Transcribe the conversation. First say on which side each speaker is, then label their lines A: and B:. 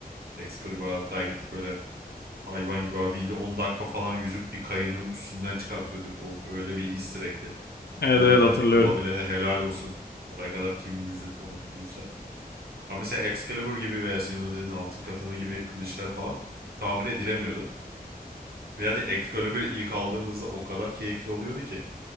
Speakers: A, on the right; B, on the left.
A: Excalibur hatta gidip böyle hayvan gibi abiyle 10 dakika falan yüzüp bir kayının üstünden çıkartıyorduk. O öyle bir easter egg'ti.
B: Evet
A: Onu zaten
B: evet hatırlıyorum.
A: bulabilene helal olsun. Oraya kadar kim yüzüp onu bulduysa. Ama mesela Excalibur gibi veya senin o dediğin altın katanı gibi kılıçlar falan tamir edilemiyordu. Yani Excalibur ilk aldığımızda o kadar keyifli oluyordu ki.